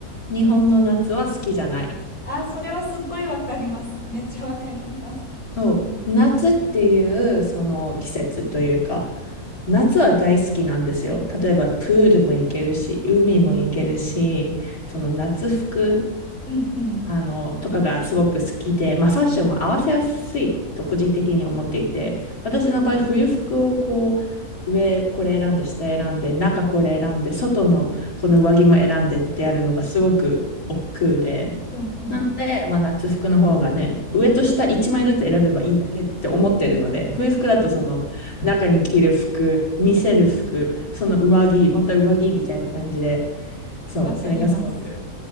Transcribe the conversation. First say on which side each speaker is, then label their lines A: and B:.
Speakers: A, on the left (about 70°); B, in the centre.
A: 日本の夏は好きじゃない。
B: あー、それはすっごいわかります。めっちゃわかります。
A: そう、夏っていうその季節というか、夏は大好きなんですよ。例えばプールも行けるし、海も行けるし、その夏服、
B: うんうん。
A: あの、とかがすごく好きで、まあファッションも合わせやすいと個人的に思っていて、私の場合冬服をこう、上これ選んで、下選んで、中これ選んで、外のこの上着も選んでってやるのがすごく億劫で、
B: うんうん。
A: なので、まあ、夏服の方がね、上と下1枚ずつ選べばいいだけって思ってるので、冬服だとその中に着る服、見せる服、その上着、また上着みたいな感じで、そう、
B: わかります。
A: それがすごく